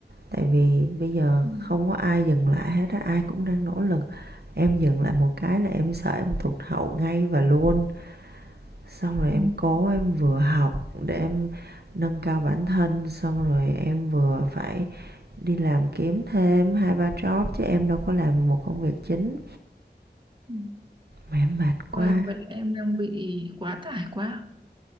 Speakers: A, on the right (about 65°); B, on the right (about 25°).
A: Tại vì bây giờ
B: Ừ,
A: không có ai dừng lại hết á, ai cũng đang nỗ lực. Em dừng lại một cái là em sợ em tụt hậu ngay và luôn. Xong rồi
B: ừ,
A: em cố em vừa học để em nâng cao bản thân, xong rồi em vừa phải đi làm kiếm thêm hai ba job chứ em đâu có làm một công việc chính.
B: ừ.
A: Mà em mệt quá.
B: wow vậy là em đang bị quá tải quá